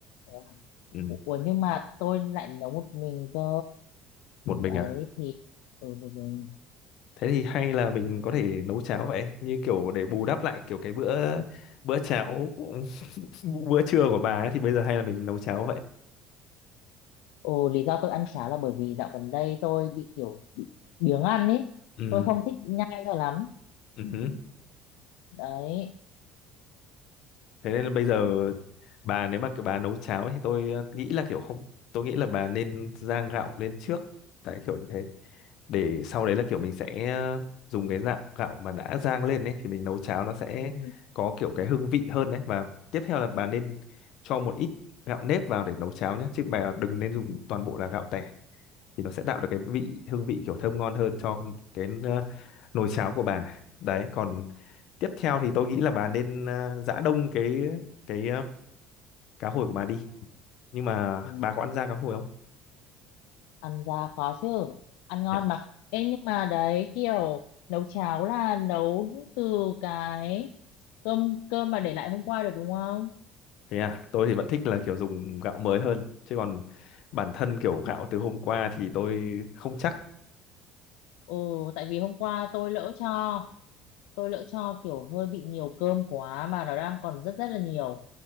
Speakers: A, on the left; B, on the left.
A: thế à?
B: ừ.
A: Ủa ủa, nhưng mà tôi lại nấu một mình cơ
B: một mình
A: đấy
B: à
A: thì ừ, một mình
B: thế thì hay là mình có thể nấu cháo vậy như kiểu để bù đắp lại kiểu cái bữa bữa cháo <laughs> bữa trưa của bà ấy, thì bây giờ hay là mình nấu cháo vậy
A: ồ lý do tôi ăn cháo là bởi vì dạo gần đây tôi bị kiểu bị biếng ăn ấy
B: ừ.
A: tôi không thích nhai cho lắm
B: Ừ.
A: đấy
B: thế nên là bây giờ bà nếu mà kiểu bà nấu cháo ấy, thì tôi ờ, nghĩ là kiểu không tôi nghĩ là bà nên rang gạo lên trước tại kiểu như thế để sau đấy là kiểu mình sẽ ờ, dùng cái gạo gạo mà đã rang lên ấy thì mình nấu cháo nó sẽ
A: ừ.
B: có kiểu cái hương vị hơn đấy và tiếp theo là bà nên cho một ít gạo nếp vào để nấu cháo nhé chứ bà đừng nên dùng toàn bộ là gạo tẻ thì nó sẽ tạo được cái vị hương vị kiểu thơm ngon hơn cho cái ờ, nồi cháo của bà đấy còn tiếp theo thì tôi nghĩ là bà nên ờ, giã đông cái cái cá hồi của bà đi nhưng mà
A: Ừ.
B: bà có ăn da cá hồi không
A: ăn ra có chứ ăn ngon
B: Nhỉ?
A: mà Ê, nhưng mà đấy kiểu nấu cháo là nấu từ cái cơm cơm mà để lại hôm qua được đúng không
B: thế à tôi thì vẫn thích là kiểu dùng gạo mới hơn chứ còn bản thân kiểu gạo từ hôm qua thì tôi không chắc
A: ừ tại vì hôm qua tôi lỡ cho tôi lỡ cho kiểu hơi bị nhiều cơm quá mà nó đang còn rất rất là nhiều